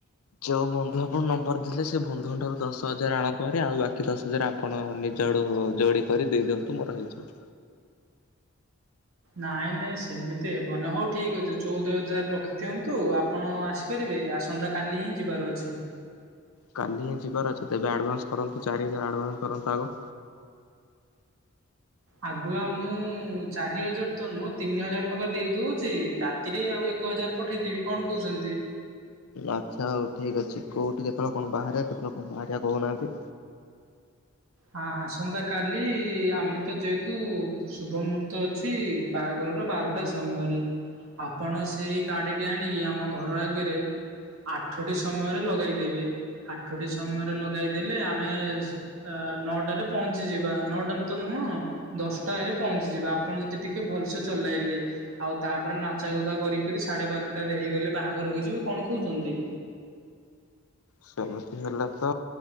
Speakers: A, on the left; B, on the right.
A: ଯୋଉ ବନ୍ଧୁ ଆପଣ ନମ୍ବର ଥିଲେ ସେ ବନ୍ଧୁଙ୍କ ଠାରୁ ଦଶ ହଜାର ଆଣ ପହରେ ଆଉ ବା କି ଦଶ ହଜାର ଆପଣ ନିଜ ଆଡୁ ଯୋଡ଼ି କରି ଦେଇଦିଅନ୍ତୁ ମୋର ହେଇଯିବ।
B: ନାଇଁ ନାଇଁ ସେମିତି ହେବନହି ହଉ ଠିକ୍ ଅଛି ଚଉଦ ହଜାର ରଖିଦିଅନ୍ତୁ ଆପଣ ଆସି ଆସି ପାରିବେ ଆସନ୍ତାକାଲି ହିଁ ଯିବାର ଅଛି।
A: କାଲି ହିଁ ଯିବାର ଅଛି ତେବେ ଆଡ଼ଭାନ୍ସ କରନ୍ତୁ ଚାରି ହଜାର ଆଡ଼ଭାନ୍ସ କରନ୍ତୁ ଆଗ
B: ଆଗୁଆ ମୁଁ ଚାରି ହଜାର ତ ନୁହଁ ତିନି ହଜାର ଟଙ୍କା ଦେଇ ଦଉଛି ରା ତିରେ ଆଉ ଏକ ହଜାର ପଠେଇଦେବି କଣ କହୁଛନ୍ତି।
A: ଆଚ୍ଛା ହଉ ଠିକ ଅଛି କୋଉଠି କେତବେଳେ କଣ ବାହାରିଆ କେତେବେଳେ କଣ ବାହାରି କହୁନାହାନ୍ତି।
B: ହଁ ଆସନ୍ତା କାଲି ଆମେ ତ ଯେହେତୁ ଶୁଭମୂର୍ତ୍ ତ ଅଛି ବାହାଘରର ବାରଟା ସମୟରେ ଆପଣ ସେଇ ଗାଡ଼ିଟି ଆଣିକି ଆମ ଘର ଆଗରେ ଆଠଟି ସମୟରେ ଲଗେଇଦେବେ ଆଠଟି ସମୟରେ ଲଗେଦେଲେ ଆମେ ସ ଅ ନଅଟାରେ ପହଞ୍ଚିଯିବା ନଅଟାନ ତ ନୁହଁ। ଦଶଟା ହେଲେ ପହଞ୍ଚିଯିବା ଆପଣ ଯଦି ଟିକେ ଭଲସେ ଚଲାଇଲେ। ଆଉ ତାପରେ ନାଚାଗୁଦା କରି କରି ସାଢ଼େ ବାରଟାରେ ହେଇଗଲେ ବାହାଘର ହୋଇଯିବ କଣ କହୁଛନ୍ତି।
A: ସେମିତି ହେଲେ ତ